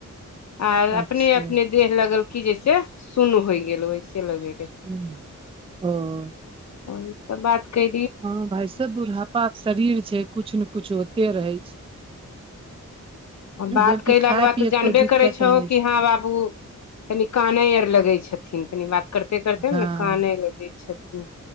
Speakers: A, on the left; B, on the right.
A: आ
B: अच्छा
A: अपने अपने देह लगल की जैसे सुन होइ गेल वैसे लगे रहय
B: ह
A: ओह सब बात कै
B: हँ भाय सब बुढ़ापा के शरीर छै किछु ने कुछ होते रहै छै
A: आ बात
B: जबकि
A: कयलाके
B: खाय
A: बाद
B: पियैके
A: तऽ जानबे
B: कोइ दिक्कत
A: करै छहो
B: नहि छै
A: कि हँ बाबू कनि कानै आर लगै छथिन तनी बात करते करिते
B: हँ
A: ने काने लगै छथिन